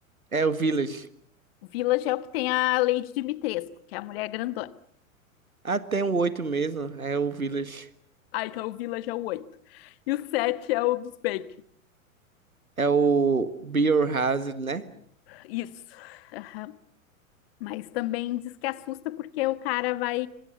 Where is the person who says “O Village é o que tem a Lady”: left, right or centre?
Left